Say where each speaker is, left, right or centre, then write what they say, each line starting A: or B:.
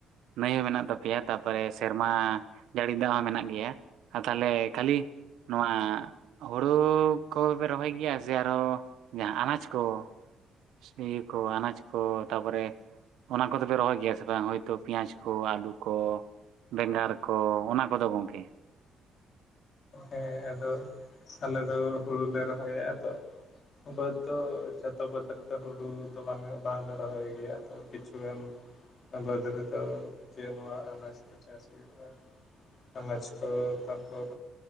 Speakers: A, on the right (about 75°); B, on the left (about 35°).
A: ᱱᱟᱹᱭ ᱦᱚᱸ ᱢᱮᱱᱟᱜ ᱛᱟᱯᱮᱭᱟ ᱛᱟᱯᱚᱨᱮ ᱥᱮᱨᱢᱟ ᱡᱟᱹᱲᱤ ᱫᱟᱜ ᱦᱚᱸ ᱢᱮᱱᱟᱜ ᱜᱮᱭᱟ ᱟᱨ ᱛᱟᱦᱚᱞᱮ ᱠᱷᱟᱹᱞᱤ ᱱᱚᱣᱟ ᱦᱩᱲᱩ ᱠᱚᱯᱮ ᱨᱚᱦᱚᱭ ᱜᱮᱭᱟ ᱥᱮ ᱟᱨᱚ ᱡᱟᱦᱟᱸ ᱟᱱᱟᱡᱽ ᱠᱚ ᱛᱚ ᱥ <inaudible> ᱤᱭᱟᱹ ᱠᱚ ᱟᱱᱟᱡᱽ ᱠᱚ ᱛᱟᱯᱚᱨᱮ ᱚᱱᱟ ᱠᱚᱫᱚ ᱯᱮ ᱨᱚᱦᱚᱭ ᱜᱮᱭᱟ ᱥᱮ ᱵᱟᱝ ᱦᱳᱭᱛᱳ ᱯᱮᱸᱭᱟᱡ ᱠᱚ ᱟᱹᱞᱩ ᱠᱚ ᱵᱮᱸᱜᱟᱲ ᱠᱚ ᱚᱱᱟ ᱠᱚᱫᱚ ᱜᱚᱢᱠᱮ᱾
B: ᱦᱮᱸ ᱟᱫᱚ ᱟᱞᱮ ᱫᱚ ᱦᱩᱲᱩ ᱞᱮ ᱨᱚᱦᱚᱭᱟ ᱟᱫᱚ ᱵᱟᱹᱫᱽ ᱫᱚ ᱡᱷᱚᱛᱚ ᱵᱟ. ᱫᱽ ᱨᱮᱫᱚ ᱦᱩᱲᱩ ᱫᱚ ᱢᱟᱱᱮ ᱵᱟᱝ ᱞᱮ ᱨᱚᱦᱚᱭ ᱜᱮᱭᱟ ᱛᱚ ᱠᱤᱪᱷᱩ ᱜᱟᱱ ᱚᱱᱟ ᱵᱟᱹᱫᱽ ᱨᱮᱫᱚ ᱡᱮ ᱱᱚᱶᱟ ᱟᱱᱟᱡᱽ ᱠᱚ ᱪᱟᱥ ᱦᱩᱭᱩᱜ ᱟ᱾ ᱟᱱᱟᱡᱽ ᱠᱚ ᱛᱟᱨᱯᱚᱨ